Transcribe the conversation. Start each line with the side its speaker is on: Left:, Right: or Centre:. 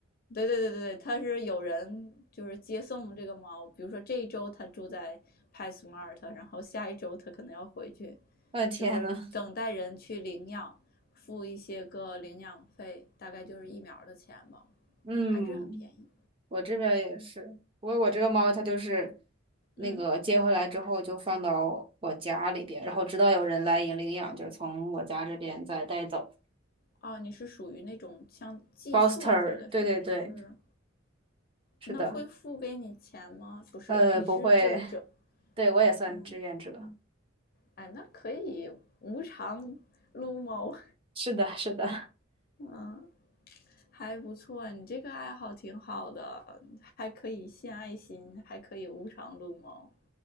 Left: 对对对对对，他是有人就是接送这个猫，比如说这一周他住在 PetSmart，然后下一周他可能要回去，
Right: <laughs> 我的天呐，
Left: 就是等待人去领养，付一些个领养费，大概就是疫苗的钱吧，
Right: 嗯。
Left: 还是很便宜。
Right: 我这边也是，我我这个猫它就是
Left: 嗯
Right: 那个接回来之后就放到我家里边，
Left: 嗯，
Right: 然后直到有人来领领养，就是从我家这边再带走。
Left: 啊，你是属于那种像寄宿似的是，
Right: b o s t e r 对对对，
Left: 是不是？
Right: 是的，
Left: 那会付给你钱吗？不是，
Right: 呃，
Left: 你是志愿者。
Right: 不会，对我也算志愿者，
Left: 嗯，哎，那可以无偿撸猫。
Right: 是的，是的，
Left: 嗯。还不错，你这个爱好挺好的，还可以献爱心，还可以无偿撸猫。